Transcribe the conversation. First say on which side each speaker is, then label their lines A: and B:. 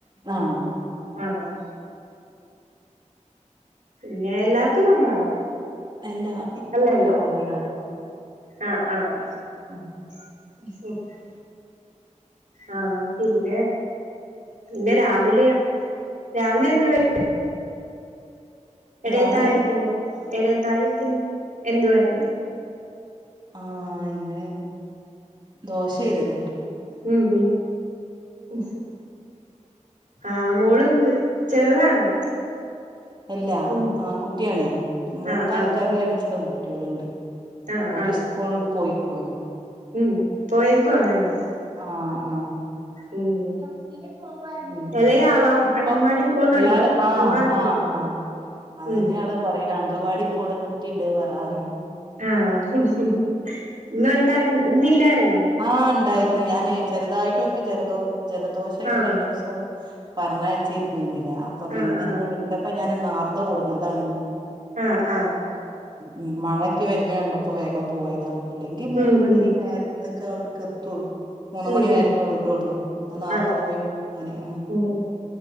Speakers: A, on the right; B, on the right.
A: ആഹ്
B: ആഹ് ആഹ് പിന്നെ എല്ലാർക്കും നോമ്പാണോ
A: അല്ല ഇക്കും
B: അല്ലല്ല
A: ഒര് വേറൊരാള്
B: ആഹ് ആഹ്
A: ഉം
B: <unintelligible> ആഹ് പിന്നെ പിന്നെ രാവിലെയ രാവിലെ എന്ത് കഴി എടേ
A: രാവിലെ
B: താഴത്തിന് എടേ താഴത്തിന് എന്തുവാര്ന്നു
A: ആഹ് ഇന്ന് ദോശേരുന്നു
B: ഉം ഉം ആഹ് മോളും കു ചെറുതാണോ
A: അല്ല
B: ഉം
A: ആൺകുട്ടിയാണ് മൂത്ത
B: ആഹ്
A: ആൾക്കാര്
B: ആഹ്
A: രണ്ട് പെൺകുട്ടികളുണ്ട്
B: ആഹ്
A: ഒരു
B: ആഹ്
A: സ്കൂള്ൽ പോയിക്കൂ ണു
B: ഉം പോയേക്കു ആണോ ഇന്ന്
A: ആഹ് ആഹ്
B: ഉം
A: ഉം ഇനിപ്പൊ
B: ഇളയാളോ അംഗൻവാടി പോന്നുണ്ടോ
A: ഇയാള് ആഹ്
B: പോവാറായോ
A: ആഹ് ആ അതന്നെയ
B: ഉം
A: ആള് പറയണ അങ്കവാടി പോണ കുട്ടി ഉണ്ട് പറാന്ന്
B: ആഹ് ഇന്നൊണ്ടാര്ന്ന് ഇന്നില്ലാരുന്നോ
A: ആഹ് ഉണ്ടാര്ന്ന് ഞാനേ ചെറുതായിട്ട് ഓര്ക്ക് ജലദോഷ ജലദോഷായിട്ട്
B: ആഹ്
A: രണ്ട് ദിവസം പറഞ്ഞയച്ചിരുന്നിന്നില്ല അപ്പൊപിന്നെന്ന്
B: ആഹ് ആഹ്
A: വെ ത്തപ്പ ഞാൻ ഇന്ന് നേർത്ത കൂടുന്നതാണ് ഇന്ന്.
B: ആഹ് ആഹ്
A: ഉം മഴ ക്ക് വരുന്ന കണ്ടപ്പോ വേഗം പോയതാണ് അല്ലെങ്കി മൂന്ന്
B: ഉം
A: മണി
B: ഉം
A: ഈ നേരത്ത്ക്ക് അവിടക്ക് എത്തോള്ളു മൂന്ന്
B: ഉം
A: മണി
B: ഉം
A: നേരത്തെ വിടോള്ളൂ. ഇന്ന് നേർത്തേ
B: ആണോ
A: പോയി <unintelligible> ഓനെ ആഹ്
B: ഉം